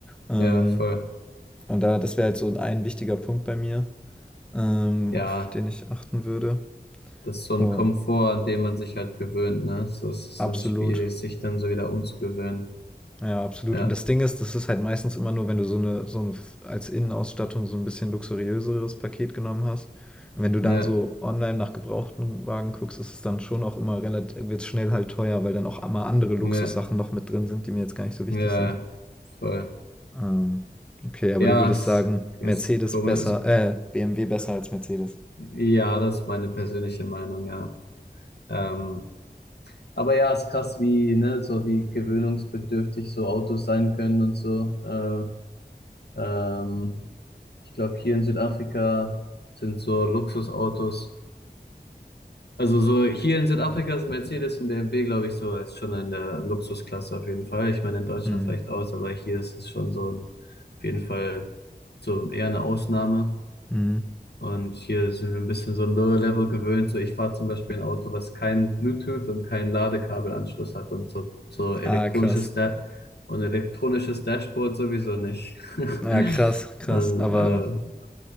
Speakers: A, in the centre; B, on the left.
A: Ähm,
B: ja, voll.
A: und da, das wäre halt so ein wichtiger Punkt bei mir, ähm,
B: Ja,
A: auf den ich achten würde.
B: das ist so ein
A: Und
B: Komfort, an dem man sich halt gewöhnt, ne? So es ist
A: absolut
B: dann schwierig, sich dann so wieder umzugewöhnen.
A: Ja, absolut.
B: Ja,
A: Und das Ding ist, das ist halt meistens immer nur, wenn du so eine, so eine als Innenausstattung so ein bisschen luxuriöseres Paket genommen hast. Und wenn du dann
B: ja,
A: so online nach gebrauchten Wagen guckst, ist es dann schon auch immer relativ, wird es schnell halt teuer, weil dann auch immer andere Luxussachen
B: ja,
A: noch mit drin sind, die mir jetzt gar nicht so wichtig
B: ja,
A: sind.
B: voll.
A: Ähm, okay, aber
B: Ja,
A: du würdest
B: es
A: sagen,
B: ist
A: Mercedes
B: komisch.
A: besser, äh, BMW besser als Mercedes.
B: Ja, das ist meine persönliche Meinung, ja. Ähm, Aber ja, ist krass, wie, ne, so wie gewöhnungsbedürftig so Autos sein können und so. Äh, ähm, ich glaube, hier in Südafrika sind so Luxusautos. Also so hier in Südafrika sind Mercedes und BMW, glaube ich, so ist schon in der Luxusklasse auf jeden Fall. Ich meine, in Deutschland
A: Hm.
B: vielleicht aus, aber hier ist es schon so ein, auf jeden Fall so eher eine Ausnahme.
A: Hm.
B: Und hier sind wir ein bisschen so Low Level gewöhnt. So, ich fahre zum Beispiel ein Auto, was kein Bluetooth und keinen Ladekabelanschluss hat und so, so elektronisches
A: Ah, krass.
B: Da und elektronisches Dashboard sowieso nicht. <laughs>
A: Ja, krass, krass.
B: Und,
A: Aber
B: äh,